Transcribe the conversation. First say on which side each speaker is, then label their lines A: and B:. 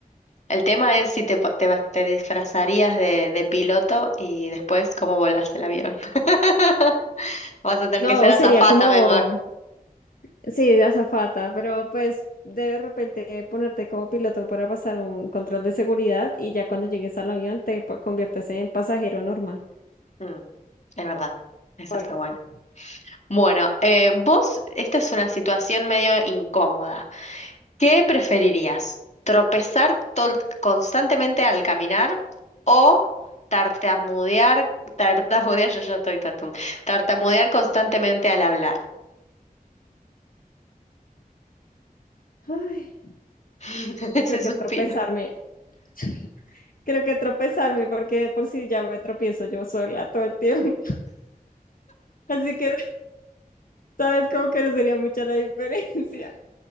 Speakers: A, on the left; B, on the left.
A: El tema es si te, po- te, va- te disfrazarías de, de piloto y después cómo volás el avión. <laughs> Vas a tener
B: No,
A: que ser azafata
B: sería como
A: mejor.
B: Sí, de azafata, pero pues de repente ponerte como piloto para pasar un control de seguridad y ya cuando llegues al avión te pa- conviertes en pasajero normal
A: Mm, es verdad, eso
B: o algo
A: está
B: así.
A: bueno. Bueno, eh, vos, esta es una situación medio incómoda. ¿Qué preferirías? ¿Tropezar tol- constantemente al caminar o tartamudear, tartamudear, <laughs> yo ya estoy tartamudeando, tartamudear constantemente al hablar?
B: Ay,
A: <laughs> Ese
B: creo que
A: suspiro.
B: tropezarme, <laughs> creo que tropezarme porque de por si ya me tropiezo yo sola todo el tiempo, <laughs> así que sabes como que no sería mucha la <laughs> diferencia,